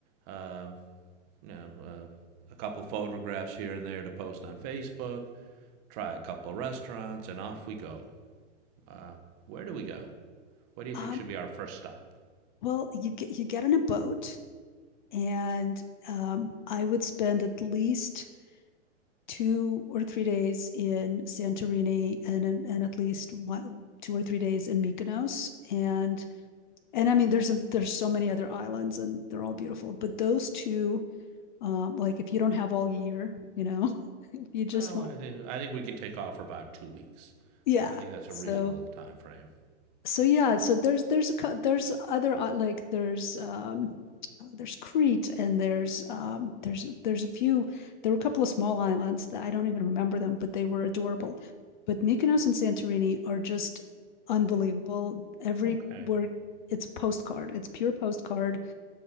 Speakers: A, on the right (about 30°); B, on the left (about 40°).
A: Uh, you know, uh, a couple photographs here and there to post on Facebook, try a couple restaurants, and off we go. Uh, where do we go? What do you think
B: um,
A: should be our first stop?
B: Well, you get you get in a boat, and um, I would spend at least two or three days in Santorini, and and, at least one, two or three days in Mykonos, and and I mean, there's a, there's so many other islands, and they're all beautiful. But those two, um, like if you don't have all year, you know, <laughs> if you just
A: No,
B: want,
A: I think I think we can take off for about two weeks.
B: yeah.
A: I think that's
B: So
A: a reasonable time frame.
B: so yeah, so there's there's a there's other uh, like there's um uh, there's Crete and there's um there's there's a few there were a couple of small islands that I don't even remember them, but they were adorable. But Mykonos and Santorini are just unbelievable. Every
A: Okay,
B: word it's a postcard. It's pure postcard.